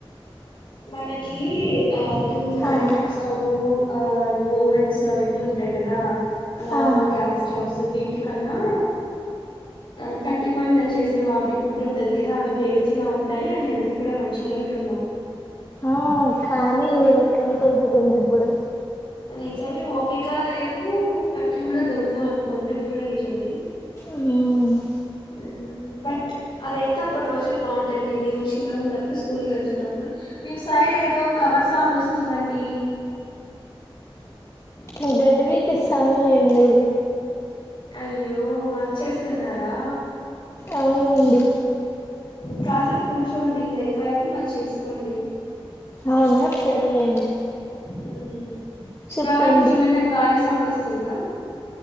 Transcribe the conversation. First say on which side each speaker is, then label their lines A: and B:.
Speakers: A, on the left; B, on the left.
A: మనకీ ఆ టూ ఎలక్ట్రిక్
B: ఆ
A: స్టవ్వు ఆ అవి ఓవెన్స్ అవన్నీ ఉంటాయి కదా నార్మల్
B: ఆ
A: గ్యాస్ స్టవ్స్ వీటికన్నా ఆ కట్టిపొయ్యి మీద చేసే వాటి ఫుడ్ ఉంటది కదా అవి టేస్టీగా ఉంటాయి అండ్ హెల్తీ కూడా మంచిది అంటున్నా
B: ఆ కానీ ఎవరకంత దగుంది ఇబుడు
A: నిజమే ఓపికా లేదు కట్లు కూడా దొరకవనుకోండి అది కుడ నిజమే
B: మ్మ్
A: మ్మ్ బట్ అదైతే అప్పడు రోజులు బాగుండండి మేము షిన్నగున్నప్పుడు స్కూల్ కెళ్తున్నప్పుడు మీ ఏదో కవర్ సౌండ్ వస్తుందండి
B: మీ బెడ్ వీకి సౌన్ లేండిది
A: అయ్యో వర్క్ చేస్తున్నారా
B: అవునండి
A: కాసేపు కూర్చోండి ఇదైపొయాక మరి చేసుకోండి
B: అవునా సరేలేండి
A: మ్మ్
B: చెప్పండి
A: నా వాట్నించి ఏమన గాలి సౌండ్ వస్తుందా